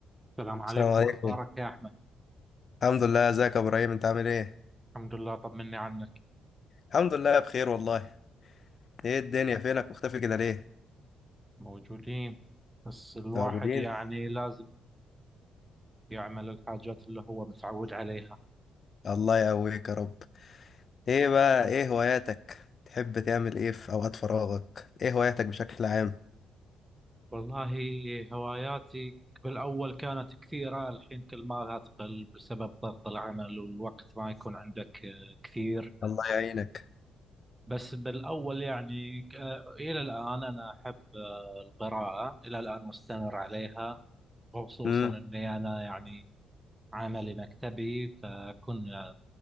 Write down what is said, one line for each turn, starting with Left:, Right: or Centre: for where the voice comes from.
Right: السلام عليكم
Left: السلام عليكم
Right: أخبارك يا أحمد
Left: الحمد لله ازيك يا ابراهيم انت عامل ايه
Right: الحمد لله طمني عنك
Left: الحمد لله بخير والله ايه الدنيا فينك مختفي كده ليه
Right: موجودين بس الواحد
Left: موجودين
Right: يعني لازم يعمل الحاجات اللي هو متعود عليها
Left: الله يقويك يا رب ايه بقى ايه هواياتك تحب تعمل ايه في اوقات فراغك ايه هواياتك بشكل عام
Right: والله هواياتي بالأول كانت كثيرة الحين كل ما لها تقل بسبب ضغط العمل والوقت ما يكون عندك آه، كثير
Left: الله يعينك
Right: بس بالأول يعني آه، إلى الآن أنا أحب آه، القراءة إلى الآن مستمر عليها خصوصا
Left: امم
Right: اني انا يعني عملي مكتبي فكنا